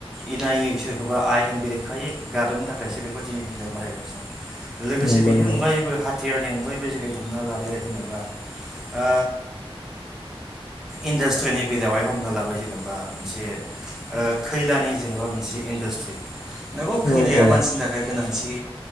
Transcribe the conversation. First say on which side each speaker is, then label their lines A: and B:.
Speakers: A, in the centre; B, on the left.
A: इनायै सोरखौबा आयेन बेरेखायै गादबनो थाखायसो बेखौ दिनैनि दिनाव बाहायगासिनो दं। लोगोसे
B: नंगौ
A: बेनि
B: नंगौ
A: अनगायैबो हाथियार मेंबायबो जेरै हमना ला जेनेबा ओ इनडास्ट्रिनि बेलायावहाय हमना लाबाय जेनेबा मोनसे ओ खैलानि जेनेबा मोनसे इन्डास्ट्रि नोंगौ खैलाया
B: औ औ
A: मानसिनि थाखाय गोनांथि